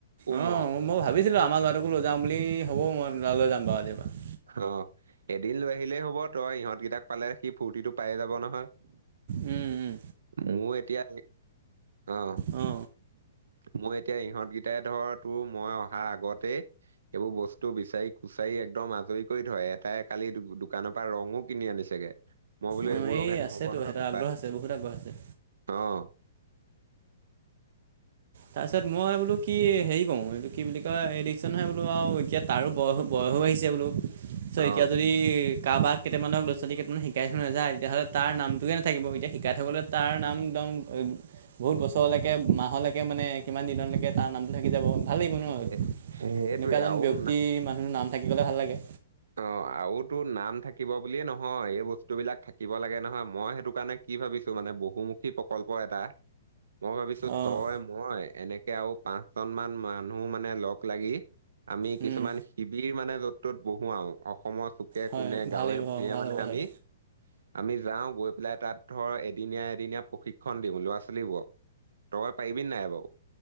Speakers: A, on the right; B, on the right.
A: উমক
B: অ মই ভাবিছিলোঁ আমাৰ ল'ৰাটোকো লৈ যাাম বুলি, হ'ব মই ল'ৰা লৈ যাম বাৰু আজিৰপাৰা।
A: অ এদিন লৈ আহিলেই হ'ব। তই ইহঁতকেইটাক পালে সি ফূৰ্তিটো পায়ে যাব নহয়।
B: উম, উম।
A: মোৰ এতিয়া অ।
B: অ।
A: মই এতিয়া ইহঁতকেইটাই ধৰ তোৰ মই অহা আগতেই এইবোৰ বস্তু বিচাৰি-কুচাৰি একদম আজৰি কৰি থয়, এটাই কালি দোকানৰ পৰা ৰঙো কিনি আনিছেগে। মই বোলো
B: অঁ
A: এইবোৰ ৰঙে
B: এই
A: নহব
B: আছেতো
A: নহয়
B: সিহঁতৰ
A: বোপা
B: আগ্ৰহ আছে বহুত আগ্ৰহ আছে
A: অ।
B: তাৰপিছত মই বোলো কি হেৰি কৰো এইটো কি বুলি কয় এই নহয় বোলো আৰু এতিয়া তাৰো বয়স বয়সো আহিছে বোলো। চ'
A: অ
B: এতিয়া যদি যদি কাৰোব কেইটামানক ল'ৰা-ছোৱালী কটান শিকাই থাক নাযায় তেতিয়াহ'লে তাৰ নামটোৱে নাথাকিব। এতিয়া শিকাই থ'বলৈ তাৰ নাম একদম বহুত বছৰলৈকে মাহলৈ মানে কিমান দিনলৈকে তাৰ নামটো থাকি যাব। ভাল লাগিব ন,
A: সেই- সেইটোৱে
B: এনেকুৱা এজন
A: আৰু
B: ব্যক্তি
A: না-
B: মানুহৰ নাম থাকিব গ'লে ভাল লাগে।
A: অ আৰু তো নাম থাকিব বুলিয়ে নহয়, এই বস্তু বিলাক থাকিব লাগে নহয়। মই সেইটো কাৰণে কি ভাবিছো মানে বহুমুখী প্ৰকল্প এটা মই ভাবিছো
B: অঁ
A: তই মই এনেকে আৰু পাঁচজন মান মানুহ মানে লগ লাগি। আমি কিছুমান
B: উম
A: শিবিৰ মানে য'ত ত'ত বহুৱাওঁ অসমৰ চুক চুকে
B: হয়
A: কোনে
B: ভাল
A: গাঁৱে
B: লাগিব
A: ভূঞেঁ
B: অঁ ভাল
A: মানে
B: হ'ব
A: আমি,
B: ভাল
A: আমি যাওঁ গৈ লাই তাত ধৰ এদিনীয়া এদিনীয়া প্ৰশিক্ষণ দিওঁ ল'ৰা ছোৱালীবোৰক। তই পাৰিবি নাই বাৰু?